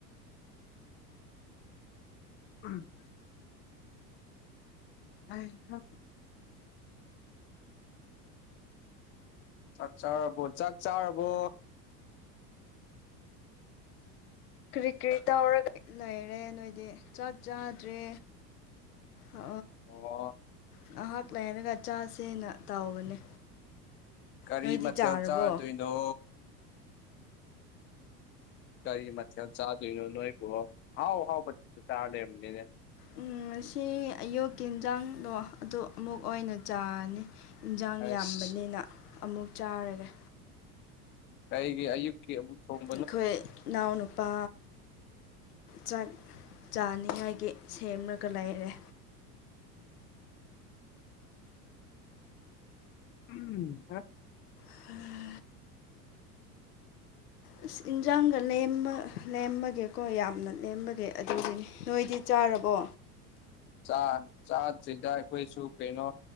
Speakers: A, on the left; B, on the left.
A: ꯎꯝ ꯑ <unintelligible> ꯆꯥꯛ ꯆꯥꯔꯔꯕꯣ ꯆꯥꯛ ꯆꯥꯔꯔꯕꯣ?
B: ꯀꯔꯤ ꯀꯔꯤ ꯇꯧꯔꯒ ꯂꯩꯔꯦ ꯅꯣꯏꯗꯤ ꯆꯥꯛ ꯆꯥꯗ꯭ꯔꯦ ꯑ
A: ꯑꯣ
B: ꯉꯍꯥꯛ ꯂꯩꯔꯒ ꯆꯥꯁꯦꯅ ꯇꯧꯕꯅꯦ
A: ꯀꯔꯤ
B: ꯅꯣꯏꯗꯤ
A: ꯃꯊꯦꯜ
B: ꯆꯥꯔꯕꯣ
A: ꯆꯥꯗꯣꯏꯅꯣ ꯀꯔꯤ ꯃꯊꯦꯜ ꯆꯥꯗꯣꯏꯅꯣ ꯅꯣꯏꯕꯣ ꯑꯍꯥꯎ ꯍꯥꯎꯕ ꯆꯥꯔ ꯂꯩꯔꯝꯗꯩꯅꯦ
B: ꯎꯝ ꯉꯁꯤ ꯑꯌꯨꯀꯤ ꯏꯟꯁꯥꯡꯗꯣ ꯑꯗꯨ ꯑꯃꯨꯛ ꯑꯣꯏꯅ ꯆꯥꯔꯅꯤ ꯏꯟꯁꯥꯡ
A: ꯑꯁ
B: ꯌꯥꯝꯕꯅꯤꯅ ꯑꯃꯨꯛ ꯆꯥꯔꯒꯦ
A: ꯀꯩꯒꯤ ꯑꯌꯨꯛ <unintelligible>
B: ꯑꯩꯈꯣꯏ ꯏꯅꯥꯎꯅꯨꯄꯥ ꯆꯥꯛ ꯆꯥꯅꯤꯡꯉꯥꯏꯒꯤ ꯁꯦꯝꯃꯒ ꯂꯩꯔꯦ
A: ꯎꯝ
B: <inaudible> ꯑꯁ ꯏꯟꯖꯥꯡꯒ ꯂꯦꯝꯕ ꯂꯦꯝꯕꯒꯤꯀꯣ ꯌꯥꯝꯅ ꯂꯦꯝꯕꯒꯤ ꯑꯗꯨꯒꯤꯅꯤ ꯅꯣꯏꯗꯤ ꯆꯥꯔꯕꯣ
A: ꯆꯥ ꯆꯥꯗꯔꯤ ꯑꯩꯈꯣꯏꯁꯨ ꯀꯩꯅꯣ